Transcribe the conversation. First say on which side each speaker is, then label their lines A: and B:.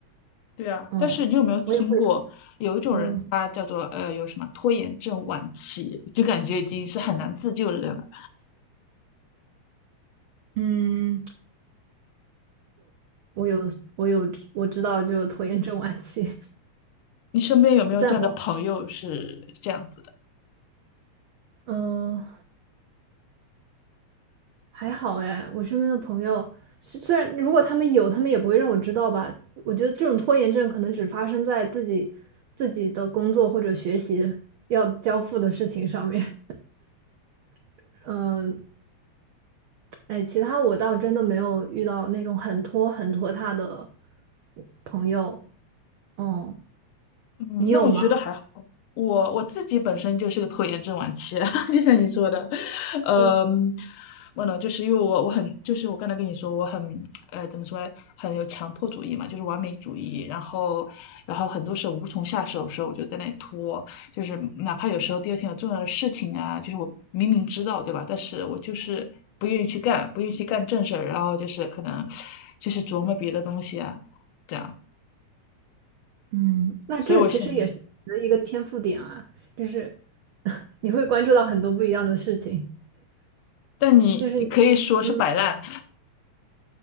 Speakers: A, on the left (about 70°); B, on the right (about 80°).
A: 对啊，
B: 嗯，
A: 但是你有没有听过有一种人，
B: 我也会，嗯
A: 他叫做呃有什么拖延症晚期，就感觉已经是很难自救的人了。
B: 嗯，我有我有我知道就是拖延症晚期，
A: 你身边有没有这样的朋友是这样子？
B: <laughs> 但我嗯、还好哎，我身边的朋友虽虽然如果他们有，他们也不会让我知道吧。我觉得这种拖延症可能只发生在自己自己的工作或者学习要交付的事情上面。<laughs> 嗯，哎，其他我倒真的没有遇到那种很拖很拖沓的朋友。哦，
A: 嗯，
B: 你有吗？
A: 那我觉得还好。我我自己本身就是个拖延症晚期，<laughs> 就像你说的，嗯，
B: 嗯，
A: 我呢，就是因为我我很，就是我刚才跟你说，我很，呃，怎么说呢，很有强迫主义嘛，就是完美主义，然后，然后很多时候无从下手的时候，我就在那里拖，就是哪怕有时候第二天有重要的事情啊，就是我明明知道，对吧？但是我就是不愿意去干，不愿意去干正事儿，然后就是可能就是琢磨别的东西啊，这样，
B: 嗯，那这其实也是你的一个天赋点啊，
A: 所以我现
B: 就是 <laughs> 你会关注到很多不一样的事情，
A: 但你可以说是摆烂，
B: 就是。嗯。